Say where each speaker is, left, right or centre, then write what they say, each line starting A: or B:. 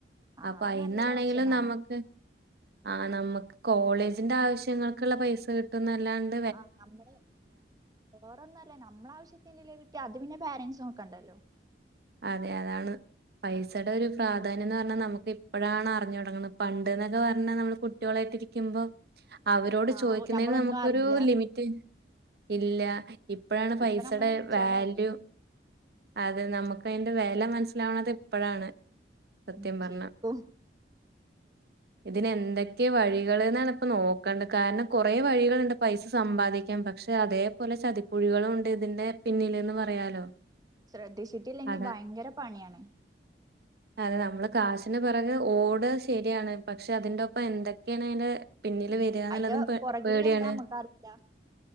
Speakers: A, on the right (about 20°); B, on the right (about 60°).
A: ആ
B: അപ്പ
A: അത്
B: അയിന്നാണെങ്കിലും
A: നല്ലൊരു ഓപ്ഷനാണ്
B: നമക്ക് ആ നമ്മക്ക് കോളേജിന്റെ ആവശ്യങ്ങൾക്കുള്ള പൈസ കിട്ടുന്നല്ലാണ്ട്
A: ആഹ് നമ്മടെ വേറൊന്നല്ല നമ്മളാവിശ്യത്തിനുള്ളത് കിട്ടിയാ അത് പിന്നെ പാരൻസ് നോക്കണ്ടല്ലോ
B: അതെ അതാണ് പൈസടെ ഒരു പ്രാധാന്യം എന്ന് പറഞ്ഞ നമുക്ക് ഇപ്പഴാണ് അറിഞ്ഞു തൊടങ്ങണ് പണ്ട്ന്നൊക്കെ പറഞ്ഞാ നമ്മള് കുട്ട്യോളായിട്ടിരി ക്കുമ്പോ അവരോട്
A: ആഹ്
B: ചോദിക്കുന്നതിന്
A: നമ്മളൊന്നും
B: നമുക്കൊരു
A: അറിയില്ല
B: ലിമിറ്റ് ഇല്ല ഇപ്പഴാണ് പൈസടെ
A: ഇപ്പൊ നമ്മള് മെച്ചേർഡ്
B: വാല്യൂ
A: ആയില്ലേ
B: അതെ നമുക്ക് അയിന്റെ വെല മനസ്സിലാവണത് ഇപ്പഴാണ് സത്യം
A: ഉം
B: പറഞ്ഞ
A: ശരിക്കും
B: ഇതിനെന്തൊക്കെ വഴികള്ന്നാണ് ഇപ്പ നോക്കണ്ട് കാരണം കൊറെ വഴികള്ണ്ട് പൈസ സമ്പാദിക്കാൻ പക്ഷെ അതേപോലെ ചതിക്കുഴികളുണ്ട് ഇതിന്റെ പിന്നില്ന്ന് പറയാലോ
A: ശ്രദ്ധിച്ചിട്ടില്ലെങ്കി
B: അതെ
A: ഭയങ്കര പണിയാണ്
B: <inaudible> അതെ നമ്മള് കാശിന് പെറകെ ഓട ശരിയാണ് പക്ഷെ അതിന്റൊപ്പം എന്തൊക്കെയാണ് അയിന്റെ പിന്നില് വരാന്നുള്ളതും
A: അയിന്റെ
B: പെ
A: പുറകിൽ
B: പേടിയാണ്
A: എന്താ നമ്മക്കറിയില്ല